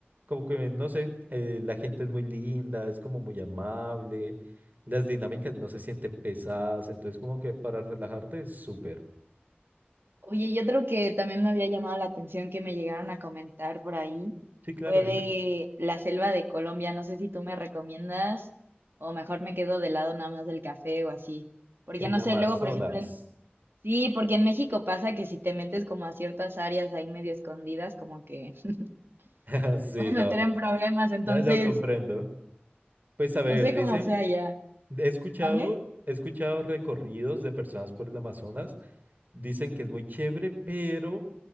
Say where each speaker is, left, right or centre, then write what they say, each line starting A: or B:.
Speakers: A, on the right (about 50°); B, on the right (about 65°).
A: como que, no sé, eh, la gente es muy linda, es como muy amable, las dinámicas no se sienten pesadas, entonces como que para relajarte es súper.
B: oye, y otro que también me había llamado la atención que me llegaron a comentar por ahí
A: Sí, claro,
B: fue
A: dime.
B: de la selva de Colombia. No sé si tú me recomiendas o mejor me quedo de lado nada más del café o así. Porque
A: El
B: no
A: Amazonas.
B: sé, luego, por ejemplo, en- sí, porque en México pasa que si te metes como a ciertas áreas ahí medio escondidas, como que
A: <laughs>
B: <laughs>
A: Sí,
B: te puedes
A: no.
B: meter en problemas, entonces
A: La- lo comprendo. Pues a
B: no
A: ver,
B: sé
A: dicen,
B: cómo sea ya.
A: he escuchado,
B: ¿Mande?
A: he escuchado recorridos de personas por el Amazonas, dicen que es muy chévere, pero